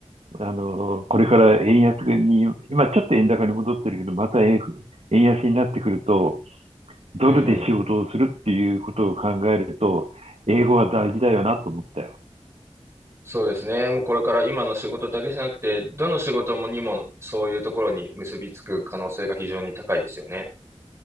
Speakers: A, on the right; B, on the right.
A: あの、これから円安に、今ちょっと円高に戻ってるけど、また円円安になってくると、ドルで仕事をするっていうことを考えると、
B: うん。
A: 英語は大事だよなと思ったよ。
B: そうですね。もうこれから今の仕事だけじゃなくて、どの仕事もにもそういうところに結びつく可能性が非常に高いですよね。